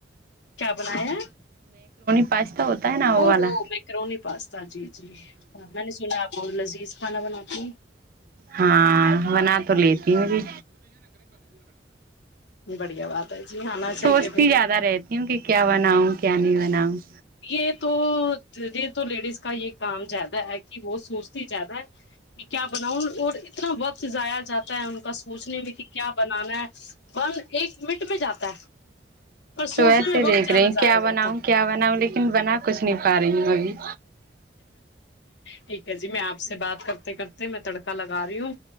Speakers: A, on the left; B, on the right.
A: کیا بناے ہیں
B: پاستا ہے نا
A: ہو
B: وہ والا
A: میں کرو پاستا چیز جی ہاں میں نے سونا آپ کو لذیذ کھانا بناانا جی
B: ہاں بنا تو لیتی بھی
A: بڑھیا بات ہے جی آنا چاہیے
B: سوچتی
A: بھائی
B: زیادہ رہتی ہوں کہ کیا بنا ہوں کیا نہیں بنا <inaudible>
A: یہ تو یہ تو لیڈیز کا یہ کام زیادہ ہے کہ وہ سوچ زیادہ ہے کہ کیا بناؤں اور اتنا وقت جایا جاتا ہے ان کے سوچنے میں کہ کیا بنانا ہے بن ایک منٹ میں جاتا ہے اور
B: تو
A: سوچنے
B: ایسے
A: میں
B: دیکھ
A: وقت زیادہ
B: رہی ہوں
A: جایا
B: کیا بناؤں
A: جاتا ہے
B: کیا بناؤں لیکن بنا کچھ نہیں پا رہی وہ اب بھی
A: ٹھیک ہے جی میں آپ سے بات کر تے کرتے میں تڑکا لگا رہی ہوں